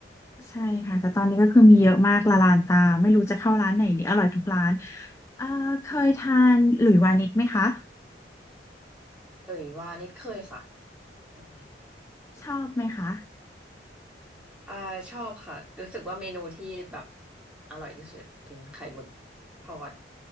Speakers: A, on the left; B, in the centre.
A: ใช่ค่ะแต่ตอนนี้ก็คือมีเยอะมากละลานตาไม่รู้จะเข้าร้านไหนดีอร่อยทุกร้านเอ่อเคยทานหลุยวานิชไหมคะ
B: เอ่ยว่านิดเคยค่ะเอยว่านิด
A: ชอบไหมคะ
B: อ่าชอบค่ะรู้สึกว่าเมนูที่แบบอร่อยที่สุดเป็นไข่หมึกทอด